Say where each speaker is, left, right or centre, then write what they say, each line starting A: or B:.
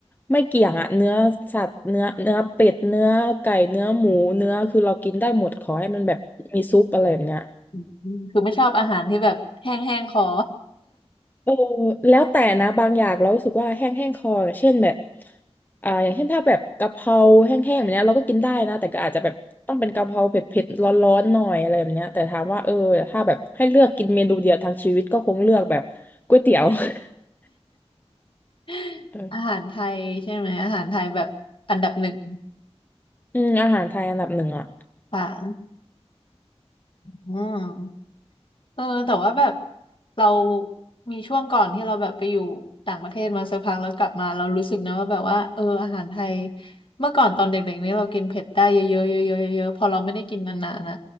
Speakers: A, on the left (about 15°); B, on the left (about 50°).
A: ไม่เกี่ยงอะเนื้อสัตว์เนื้อเนื้อเป็ดเนื้อไก่เนื้อหมูเนื้อคือเรากินได้หมดขอให้มันแบบมีซุปอะไรแบบเนี้ย
B: อืมคือไม่ชอบอาหารที่แบบแห้งแห้งคอ
A: เออแล้วแต่นะบางอย่างเรารู้สึกว่าแห้งแห้งคออย่างเช่นแบบอ่าอย่างเช่นถ้าแบบกะเพราแห้งๆแบบเนี้ยเราก็กินได้นะแต่ก็อาจจะแบบต้องเป็นกะเพราเผ็ดๆร้อนๆหน่อยอะไรแบบเนี้ยแต่ถามว่าเออถ้าแบบให้เลือกกินเมนูเดียวทางชีวิตก็คงเลือกแบบก๋วยเตี๋ยว <laughs>
B: <laughs>
A: เออ
B: อาหารไทยใช่ไหมอาหารไทยแบบอันดับหนึ่ง
A: อืมอาหารไทยอันดับหนึ่งอ่ะ
B: ค่ะอืม เออแต่ว่าแบบเรามีช่วงก่อนที่เราแบบไปอยู่ต่างประเทศมาสักพักแล้วกลับมาเรารู้สึกนะว่าแบบว่าเอออาหารไทยเมื่อก่อนตอนเด็กๆนี่เรากินเผ็ดได้เยอะๆเยอะๆเยอะๆพอเราไม่ได้กินนานๆนะ